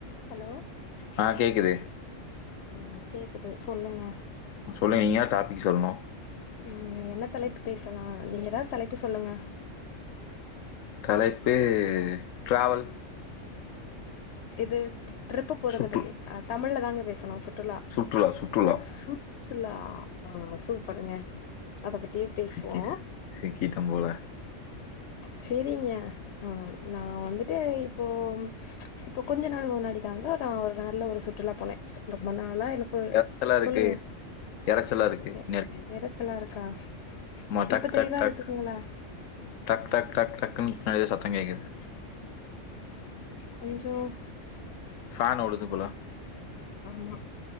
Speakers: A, on the left; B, on the left.
A: Hello
B: ஆ கேக்குது
A: உம் கேக்குது சொல்லுங்க
B: சொல்லுங்க நீங்க டாபிக் சொல்லணு
A: உம் என்ன தலைப்பு பேசலா நீங்க எதாது தலைப்பு சொல்லுங்க
B: தலைப்பு ட்ராவல்
A: எ‌து ட்ரிப்பு போறத
B: சுற்று
A: பத்தி அ தமிழ்ல தாங்க பேசணு சுற்றுலா
B: சுற்றுலா சுற்றுலா
A: சு ற்றுலா ஆஹ் சூப்பருங்க அத பத்தியே பேசுவோ
B: சிக்கிட்ட சிக்கிட்டம்போல
A: சிரிங்க ஆ நா வந்துட்டு இப்போம் இப்பொ கொஞ்ச நாள் முன்னாடி தாங்க நா ஒரு நல்ல ஒரு சுற்றுலா போனே ரொம்ப நாளா எனக்கு
B: எரச்சலா இருக்கு
A: சொல்லுங்க
B: எரச்சலா இருக்கு
A: எ
B: நடி
A: எறச்சலா இருக்கா
B: மா டக்
A: இப்ப தெளிவா
B: டக் டக்
A: இருக்குங்களா
B: டக் டக் டக் டக் டக்னு பின்னாடி எதோ சத்தங்கேக்குது
A: கொஞ்சோ
B: ஃபேன் ஓடுது போல
A: ஆமா